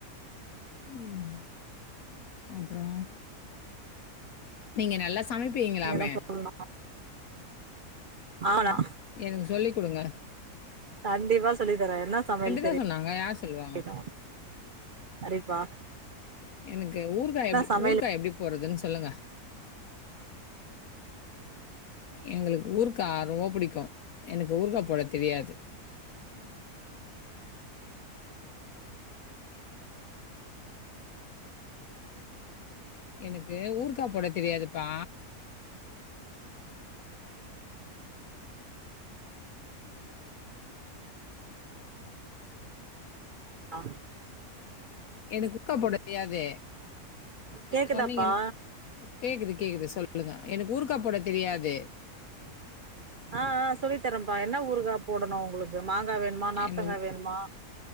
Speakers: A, on the left (about 70°); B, on the right (about 65°).
A: ம் அப்புறோம் நீங்க நல்லா சமைப்பீங்களாமே
B: என்ன சொல்லணு ஆனா
A: ம் எனக்கு சொல்லி கொடுங்க
B: கண்டிப்பா சொல்லி தரேன் என்ன சமையல் தெரியன்னும்
A: தான் சொன்னாங்க. யார் சொல்லுவாங்க?
B: கண்டிப்பா சரிப்பா
A: எனக்கு ஊர்கா எப்படி
B: சமையல்
A: ஊர்கா எப்டி போறதுன்னு சொல்லுங்க எங்களுக்கு ஊர்க்கா ரொம்ப புடிக்கும் எனக்கு ஊர்க்க போட தெரியாது எனக்கு ஊர்க்கா போட தெரியாதுப்பா
B: ஆ
A: எனக்கு உக்கா போட தெரியாது
B: கேக்குதாப்பா
A: சொன்னீங்க எதோ கேக்குது கேக்குது சொல்ல சொல்லுங்க எனக்கு ஊருக்கா போட தெரியாது
B: ஆ ஆ சொல்லித்தரேன்ப்பா என்ன ஊருக்கா போடணும் உங்களுக்கு மாங்கா வேணுமா நாத்தங்கா
A: எனக்கு
B: வேணுமா